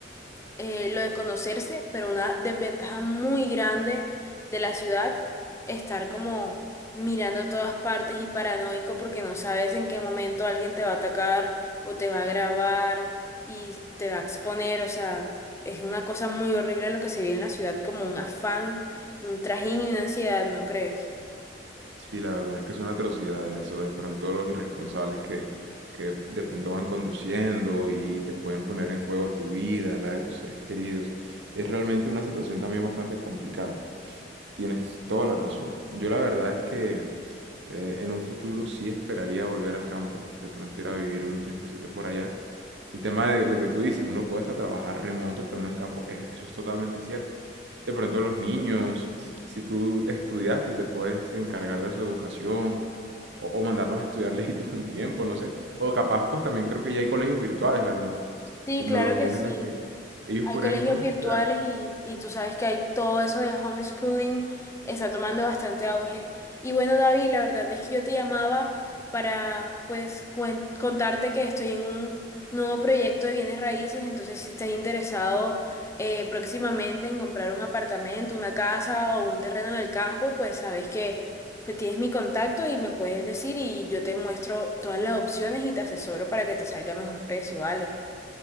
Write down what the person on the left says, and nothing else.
eh, lo de conocerse, pero una desventaja muy grande de la ciudad, estar como mirando todas partes y paranoico porque no sabes en qué momento alguien te va a atacar o te va a grabar y te va a exponer, o sea, es una cosa muy horrible lo que se vive en la ciudad, como un afán, un trajín y una ansiedad, ¿no crees?
Sí,
claro que sí.
Hay
colegios
virtuales
y, y tú sabes que hay todo eso del homeschooling, está tomando bastante auge. Y bueno, David, la verdad es que yo te llamaba para pues cuen- contarte que estoy en un nuevo proyecto de bienes raíces, entonces si estás interesado eh, próximamente en comprar un apartamento, una casa o un terreno en el campo, pues sabes que pues, tienes mi contacto y me puedes decir y yo te muestro todas las opciones y te asesoro para que te salga mejor precio, ¿vale?